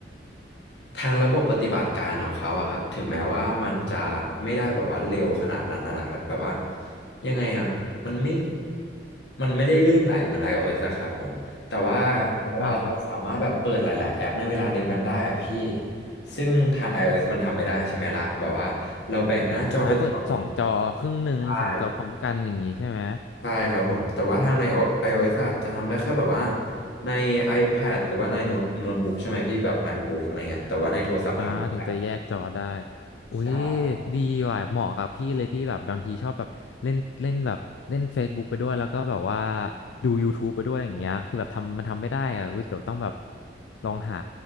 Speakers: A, on the left (about 70°); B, on the left (about 85°).
A: ทางระบบปฏิบัติการของเขาอะครับถึงแม้ว่ามันจะไม่ได้แบบว่าเร็วขนาดนั้นอะนะครับแต่ว่ายังไงอะมันไม่มันไม่ได้ลื่นไหลเหมือน iOS อะครับผมแต่ว่าแบบว่าเราสามารถแบบเปิดหลายๆแอปในเวลาเดียวกันได้อะพี่
B: อ่าครับ
A: ซึ่งทาง iOS มันทำไม่ได้ใช่ไหมล่ะแบบว่าเราแบ่งหน้าจอเป็นสอง
B: อ่าเปิดสองจอครึ่งหนึ่งสองจอพร้อมกันอย่างนี้ใช่ไหม
A: ใช่ใช่ครับผมแต่ว่าทางใน iOS อะจะทำได้แค่แบบว่าใน iPad หรือว่าในโน้ตโน้ตบุ๊กใช่ไหมพี่แบบ MacBook อะไรเงี้ยแต่ว่าในโทรศัพท์ทำไม่ได้
B: อ่าถึงจะแยกจอได้ อุ้ย
A: ใช่
B: ดีว่ะเหมาะกับพี่เลยพี่แบบบางทีชอบแบบเล่นเล่นแบบเล่น Facebook ไปด้วยแล้วก็แบบว่าดู YouTube ไปด้วยอย่างเงี้ยคือแบบทำมันทำไม่ได้อ่ะอุ๊ยเดี๋ยวต้องแบบลองหา